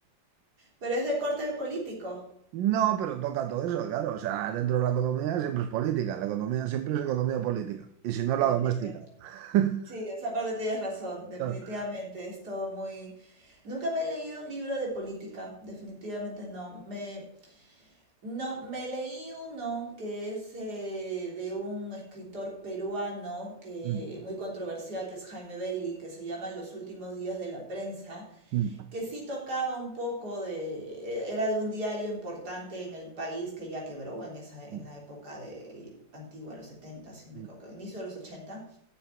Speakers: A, on the right; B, on the right.
A: Pero es de corte político,
B: No, pero toca todo eso, claro, o sea, dentro de la economía siempre es política, la economía siempre es economía política, y si no, la
A: definitivamente.
B: doméstica. <laughs>
A: Sí, esa parte tienes razón, definitivamente,
B: Claro.
A: es todo muy... Nunca me he leído un libro de política, definitivamente no. Me, no, me leí uno que es eh, de un escritor peruano que
B: Mm,
A: muy controversial, que es Jaime Bailey, que se llama En los últimos días de la prensa,
B: mm,
A: que sí tocaba un poco de... Era de un diario importante en el país que ya quebró en esa, en
B: mm,
A: la época de, antigua, los 70, si no
B: mm.
A: me equivoco, inicio de los 80.